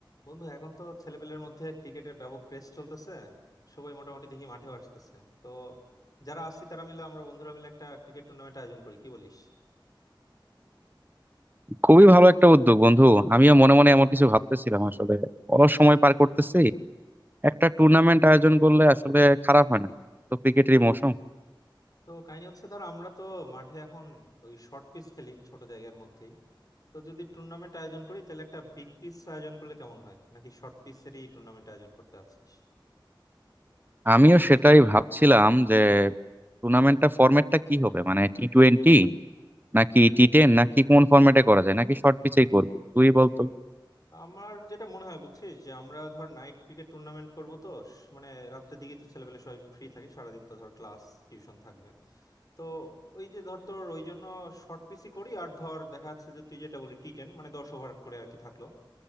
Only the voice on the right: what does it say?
খুবই ভালো একটা উদ্যোগ বন্ধু আমিও মনে মনে এমন কিছু ভাবতেছিলাম আসলে অলস সময় পার করতেছি একটা টুর্নামেন্ট আয়োজন করলে আসলে খারাপ হয় না তো ক্রিকেটেরই মৌসুম
আমিও সেটাই ভাবছিলাম যে টুর্নামেন্টটা ফরম্যাটটা কি হবে মানে টি টোয়েন্টি নাকি টি টেন নাকি কোন ফরম্যাটে করা যায় নাকি শর্ট পিচেই করবি তুই বলতো